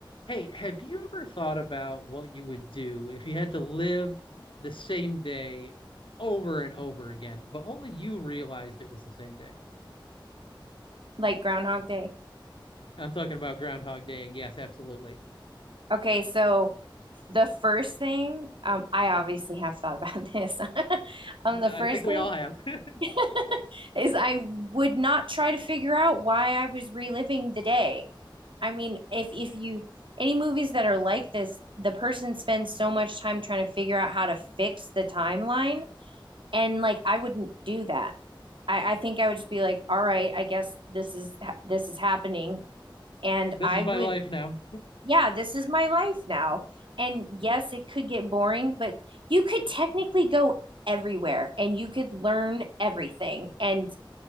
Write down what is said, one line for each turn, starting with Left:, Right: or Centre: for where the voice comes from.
Left: Hey, have you ever thought about what you would do if you had to live the same day over and over again, but only you realized it was the same day?
Right: like Groundhog Day.
Left: I'm talking about Groundhog Day, and yes, absolutely.
Right: Okay, so the first thing, um, I obviously have thought about this. <laughs> Um, the
Left: I
Right: first
Left: think we
Right: thing
Left: all have. <laughs>
Right: <laughs> is I would not try to figure out why I was reliving the day. I mean, if if you any movies that are like this, the person spends so much time trying to figure out how to fix the timeline, and like I wouldn't do that. I, I think I would just be like, all right, I guess this is ha- this is happening, and
Left: This
Right: I
Left: is
Right: would
Left: my life now.
Right: yeah, this is my life now. And yes, it could get boring, but you could technically go everywhere and you could learn everything. And